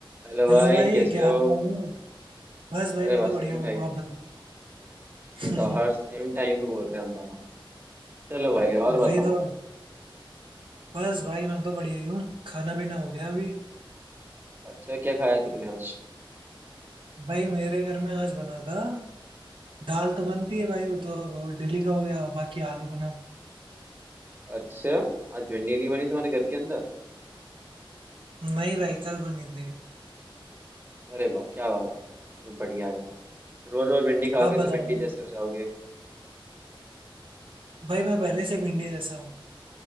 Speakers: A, on the right; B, on the right.
A: Hello
B: Hello
A: भाई
B: भाई
A: कैसे
B: क्या
A: हो
B: हाल चाल है बस भाई
A: अरे
B: मैं
A: वाह
B: तो बढ़िया
A: सेम
B: हूँ
A: टाइमिंग
B: आप
A: बताओ
B: बताइए
A: हर
B: <laughs>
A: सेम टाइम पे बोल रहे हैं हम दोनों चलो भाई और
B: वही
A: बताओ
B: तो बस भाई मैं तो बढ़िया ही हूँ खाना पीना हो गया अभी
A: अच्छा क्या खाया तुमने आज
B: भाई मेरे घर में आज बना था दाल तो बनती है भाई वो तो वो डेली का हो गया बाकी आलू बना था
A: अच्छा आज भिंडी नहीं बनी तुम्हारे घर के अंदर
B: नहीं भाई कल बनी थी
A: अरे वाह क्या बात है चलो बढ़िया है रोज रोज भिंडी खाओगे
B: आप
A: तो
B: बताओ
A: भिंडी
B: भाई
A: जैसे हो जाओगे
B: भाई मैं पहले से भिंडी जैसा हूँ